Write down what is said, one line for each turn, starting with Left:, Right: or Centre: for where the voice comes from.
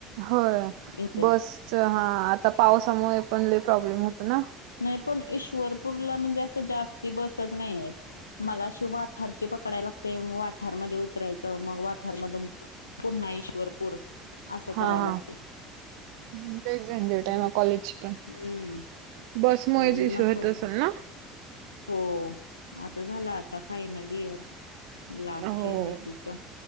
Right: होय.
Left: इथे.
Right: बसचा हा आता पावसामुळे पण लय प्रॉब्लेम होत ना.
Left: नाही पण ईश्वरपूरला म्हणजे असं जास्ती बसच नाही आहेत. मला अशी वाठारची पकडाय लागते. वाठारमध्ये उतरायचं मग वाठारमधून पुन्हा ईश्वरपूर. असं
Right: हा
Left: करायला
Right: हा
Left: लागते.
Right: लईच झंजट आहे
Left: हम्म.
Right: कॉलेजची पण.
Left: हम्म
Right: बसमुळेच
Left: हम्म
Right: इशू
Left: नको
Right: येत
Left: वाटते
Right: असेल ना.
Left: हो. आता झाला आता फायनल इयर लास्ट
Right: हो
Left: एम एस सी चा.